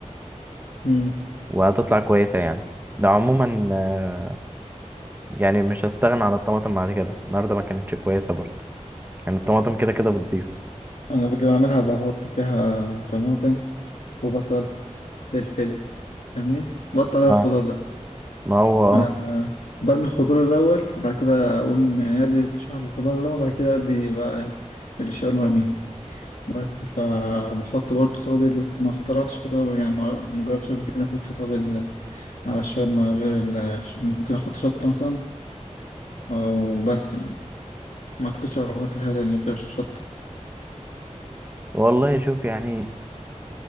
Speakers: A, on the left; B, on the right.
A: امم
B: وهتطلع كويسة يعني ده عموما آه، يعني مش هستغنى عن الطماطم بعد كده النهاردة ما كانتش كويسة برضه يعني الطماطم كده كده بتضيف
A: انا باجي بعملها بحط فيها طماطم وبصل فلفل فاهمني؟ بقطع
B: اه
A: الخضار ده
B: ما هو اه
A: انا برمي الخضار الاول بعد كده اقوم يعني ادي تشويح الخضار الاول بعد كده ادي بقى ايه الشاورما ارميها بس فبحط برضو توابل بس ما اخترعتش في توابل يعني ما ما جربتش قبل كده احط توابل على الشاورما غير ال... ممكن احط شطه مثلا او بس يعني ما اعتقدش احط حاجه تانية غير الشطه
B: والله شوف يعني